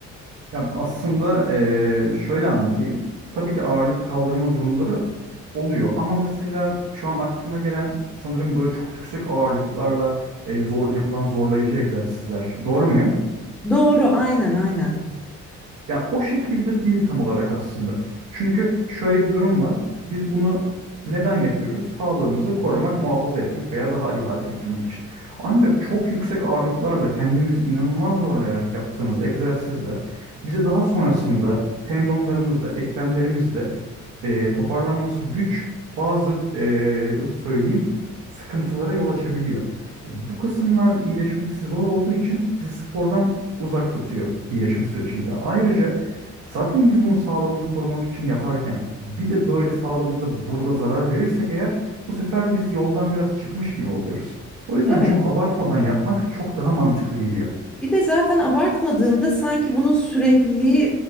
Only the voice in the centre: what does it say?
Doğru, aynen aynen.
Evet.
Bir de zaten abartmadığında sanki bunun sürekliliği